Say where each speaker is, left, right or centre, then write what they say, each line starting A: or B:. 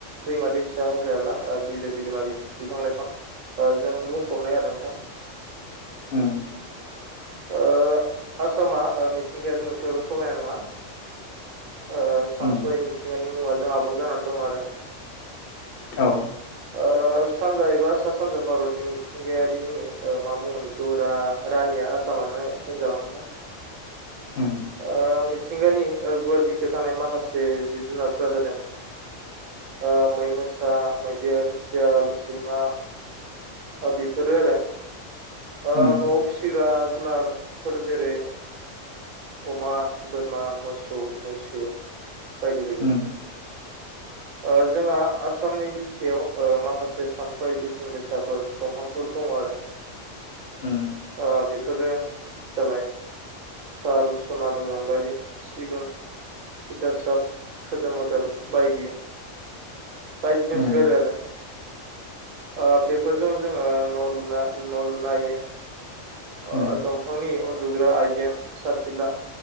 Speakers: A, on the right; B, on the left.
A: दैमा दैसा, हाजो हाला, ओ बिलो बिलोमा, बिफां लाइफां ओ जों बुंफबनाय आरो नोंथां।
B: उम।
A: ओ आसामा ओ मिथिंगायारि नुथायावल' समायना नङा। ओ सानस'हायि
B: उम
A: मिथिंगानि मुवाजों आबुं जानानै दं आरो।
B: औ
A: ओ सानजा एबा सा सानजा भारतनि मिथिंगायारिनि ओ मा बुंगोन बेखौ रा रानिया आसामा माने होनजागोन नोंथां
B: उम
A: ओ मिथिंगानि ओ गुवार बिखायाव थानाय माखासे जिब जुनारफोरा जादों ओ मै मोसा मै गिदिर सियाल सैमा बा बेफोरो आरो। ओ
B: उम
A: न'आव फिसिग्रा जुनारफोर जेरै अमा बोरमा मोसौ मैसो बायदि बायदि।
B: उम
A: ओ जोंहा आसामनि बिखायाव ओ माखासे सानथ्रुहायि बेसेन गोसाफोर दंफांफोर दं आरो
B: उम
A: ओ बेफोरो जाबाय साल सनालु गाम्बारि सिगुन थिथासप खोदोम अदाल बायदि बायदि दसोगारो
B: उम
A: आरो ओ बेफोरजों जोङो न' लुना न' लुनो हायो ओ
B: उम
A: दंफांनि अन लुग्रा आइजें सारफिला